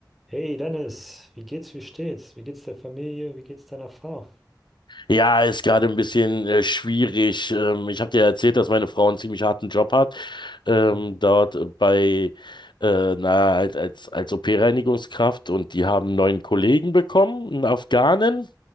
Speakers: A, in the centre; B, on the left.
A: Hey Dennis, wie geht's, wie steht's? Wie geht's der Familie? Wie geht's deiner Frau?
B: Ja, ist gerade ein bisschen äh, schwierig. Ähm, ich habe dir ja erzählt, dass meine Frau einen ziemlich harten Job hat, ähm,
A: Hm,
B: dort bei, äh, na, als, als, als OP-Reinigungskraft und die haben einen neuen Kollegen bekommen, einen Afghanen,